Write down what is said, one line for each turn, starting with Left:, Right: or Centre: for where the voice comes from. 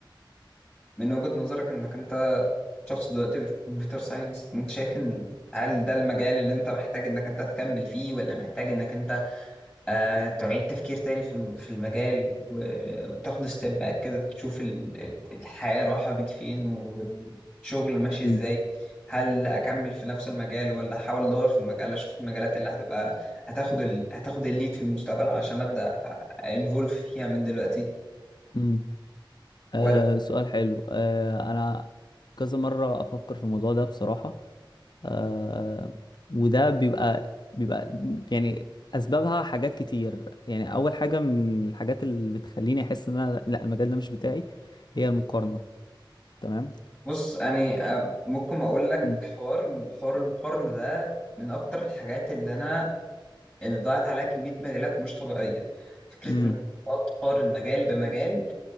Centre: من وجهة نظرك انك انت شخص دلوقتي في كمبيوتر ساينس انت شايف ان هل ده المجال اللي انت محتاج انك انت تكمل فيه ولا محتاج انك انت آه، تعيد تفكير تاني في الم- في المجال و- وتاخد ستيب باك كده تشوف ال- ال- الحياة رايحة بيك فين والشغل ماشي ازاي
Left: امم
Centre: هل اكمل في نفس المجال ولا احاول ادور في المجال اشوف المجالات اللي هتبقى هتاخد ال... هتاخد الليد في المستقبل علشان ابدا انفولف فيها من دلوقتي
Left: امم
Centre: ولا
Left: آه سؤال حلو آه انا كذا مره افكر في الموضوع ده بصراحه آه وده بيبقى بيبقى يعني اسبابها حاجات كتير يعني اول حاجه من الحاجات اللي بتخليني احس ان انا لا المجال ده مش بتاعي هي المقارنه تمام
Centre: بص يعني آه، ممكن اقول لك
Left: مم.
Centre: حوار حوار المقارنة ده من اكتر الحاجات اللي انا اللي ضاعت عليها كمية مجالات مش طبيعية فكرة
Left: امم
Centre: ان تقعد تقارن مجال بمجال